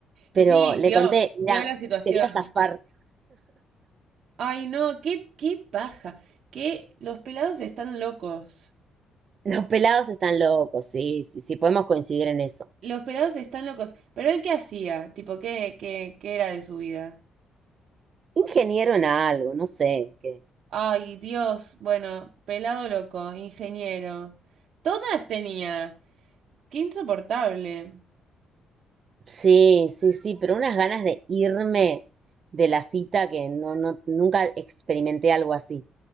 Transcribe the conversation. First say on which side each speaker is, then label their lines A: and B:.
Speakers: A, on the right; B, on the right.
A: pero
B: Y sí,
A: le
B: vio,
A: conté, mira,
B: vio la situación.
A: quería zafar,
B: Ay, no, qué, qué paja. Que los pelados están locos.
A: los pelados están locos, sí, sí, sí, podemos coincidir en eso.
B: Los pelados están locos. Pero él qué hacía, tipo, qué, qué, qué era de su vida.
A: Ingeniero en algo, no sé en qué.
B: Ay, Dios, bueno, pelado loco, ingeniero. Todas tenía. Qué insoportable.
A: Sí, sí, sí, pero unas ganas de irme de la cita que no, no, nunca experimenté algo así.